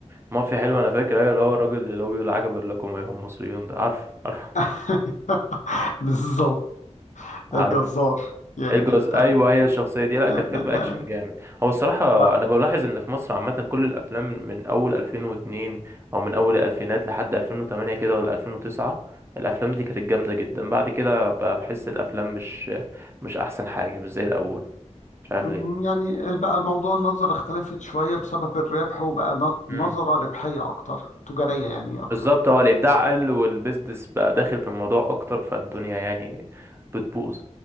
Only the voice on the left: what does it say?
<laughs> بالظبط
الجزار يعني
تمام
آه، آه،
آه.
بقى
مم، يعني بقى الموضوع النظرة اختلفت شوية بسبب الربح وبقى نط-
نظرة ربحية أكتر تجارية يعني أكتر